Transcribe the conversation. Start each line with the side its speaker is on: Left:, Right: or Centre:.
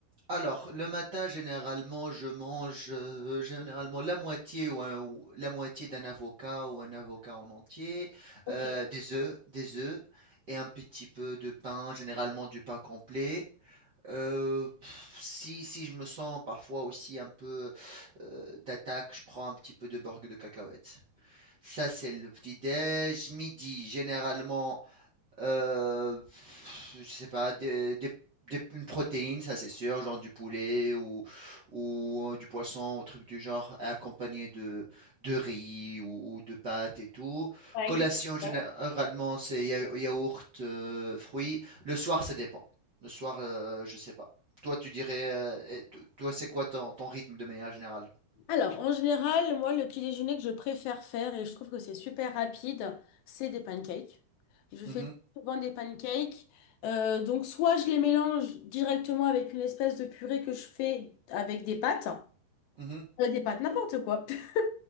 Right: Alors, le matin, généralement, je mange euh, généralement la moitié ou, un- ou la moitié d'un avocat ou un avocat en entier,
Left: Ok,
Right: euh, des œufs, des œufs et un petit peu de pain, généralement du pain complet. Euh, pff, si, si je me sens parfois aussi un peu euh, d'attaque, je prends un petit peu de beurre de cacahuètes. Ça, c'est le petit déj. Midi, généralement, euh, pff, je sais pas, des- des- des- une protéine, ça c'est sûr, genre du poulet ou, ou euh, du poisson, ou truc du genre, accompagné de, de riz ou, ou de pâtes et tout.
Left: ouais,
Right: Collation,
Left: il est
Right: généralement,
Left: bon.
Right: c'est ya- yaourt, euh, fruits. Le soir, ça dépend. Le soir, euh, je sais pas. Toi, tu dirais, euh, et to- toi, c'est quoi ton, ton rythme de manière générale?
Left: Alors, en général, moi, le petit déjeuner que je préfère faire, et je trouve que c'est super rapide, c'est des pancakes. Je fais
Right: Mhm,
Left: souvent des pancakes. Euh, donc, soit je les mélange directement avec une espèce de purée que je fais avec des pâtes,
Right: mhm.
Left: Euh, des pâtes, n'importe quoi. <laughs>